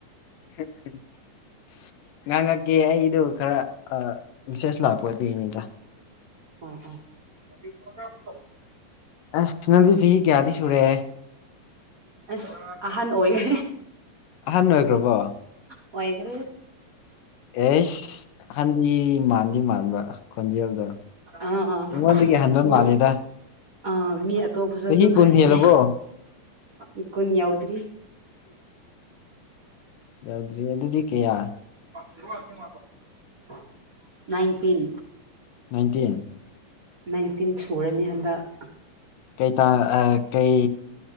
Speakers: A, on the left; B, on the right.
A: <unintelligible> ꯉꯥꯡꯉꯛꯀꯦ ꯑꯩꯗꯨ ꯈꯔ ꯑ ꯃꯦꯁꯦꯁ ꯂꯥꯛꯄ ꯑꯗꯨꯏꯅꯤꯗ
B: ꯑꯣ ꯑꯣ
A: ꯑꯁ ꯅꯪꯗꯤ ꯆꯍꯤ ꯀꯌꯥꯗꯤ ꯁꯨꯔꯦ
B: ꯑꯁ ꯑꯍꯟ ꯑꯣꯏꯌꯦ
A: ꯑꯍꯟ ꯑꯣꯏꯈ꯭ꯔꯕꯣ
B: ꯑꯣꯏꯒ꯭ꯔꯦ
A: ꯑꯦꯁ ꯑꯍꯟꯗꯤ ꯃꯥꯟꯗꯤ ꯃꯥꯟꯕ ꯈꯣꯟꯖꯦꯜ ꯗꯣ
B: ꯑꯥ ꯑꯥ
A: ꯑꯩꯉꯣꯟꯗꯒꯤ ꯍꯟꯕ
B: ꯃꯤ
A: ꯃꯥꯜꯂꯦꯗ
B: ꯑꯥ ꯃꯤ ꯑꯇꯣꯞꯄꯁꯨ
A: ꯆꯍꯤ
B: ꯑꯗꯨꯝ
A: ꯀꯨꯟ
B: ꯍꯥꯏꯌꯦ
A: ꯍꯦꯜꯂꯕꯣ
B: ꯏ ꯀꯨꯟ ꯌꯧꯗ꯭ꯔꯤ
A: ꯌꯥꯎꯗ꯭ꯔꯤ ꯑꯗꯨꯗꯤ ꯀꯌꯥ
B: <inaudible> ꯅꯥꯏꯟꯇꯤꯟ
A: ꯅꯥꯏꯟꯇꯤꯟ
B: ꯅꯥꯏꯟꯇꯤꯟ ꯁꯨꯔꯅꯤ ꯍꯟꯗꯛ
A: ꯀꯩ ꯇꯥ ꯑ ꯀꯩ